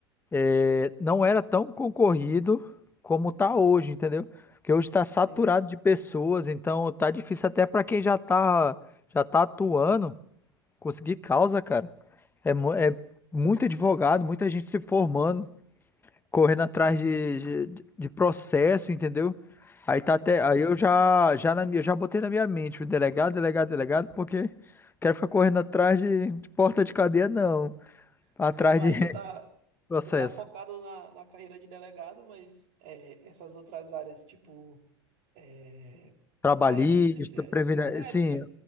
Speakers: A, on the left; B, on the right.
A: é, não era tão concorrido como tá hoje, entendeu? Porque hoje está saturado
B: sim,
A: de pessoas, então tá difícil até para quem já tá, já tá atuando, conseguir causa, cara. É, mu- é muito advogado, muita gente se formando correndo atrás de, de, de processo, entendeu? Aí tá
B: sim.
A: até, aí eu já já na minha, já botei na minha mente o delegado, delegado, delegado, porque quero ficar correndo atrás de, de porta de cadeia não, atrás
B: Sim, aí
A: de <laughs>
B: tu tá,
A: processo
B: tu tá focado na, na carreira de delegado, mas é, essas outras áreas, tipo, é,
A: trabalhista,
B: a área do judiciário,
A: previdência,
B: é,
A: sim,
B: do, ju-